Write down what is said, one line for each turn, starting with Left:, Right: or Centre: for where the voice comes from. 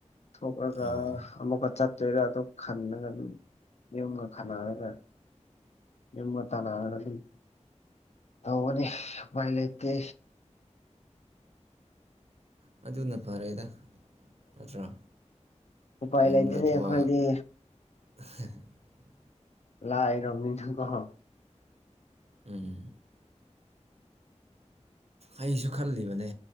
Left: ꯊꯣꯛꯂꯒ
Right: ꯑꯥ
Left: ꯑꯃꯨꯛꯀ ꯆꯠꯇꯣꯏꯒ ꯑꯗꯨ ꯈꯟꯅꯂꯒ ꯑꯗꯨꯝ ꯌꯨꯝꯒ ꯈꯟꯅꯔꯒ ꯌꯨꯝꯒ ꯇꯥꯟꯅꯔꯒ ꯑꯗꯨꯝ ꯇꯅꯤ ꯃꯥꯏ ꯂꯩꯇ
Right: ꯑꯗꯨꯅ ꯐꯔꯦꯗ ꯅꯠꯇ꯭ꯔꯣ
Left: ꯎꯄꯥꯏ
Right: ꯌꯨꯝꯗ
Left: ꯂꯩꯇꯅꯤ
Right: ꯊꯣꯛꯑ
Left: ꯑꯩꯈꯣꯏꯗꯤ
Right: <unintelligible>
Left: ꯂꯥꯏ ꯔꯝꯅꯤꯁꯨ ꯀꯍ
Right: ꯎꯝ ꯑꯩꯁꯨ ꯈꯜꯂꯤꯕꯅꯦ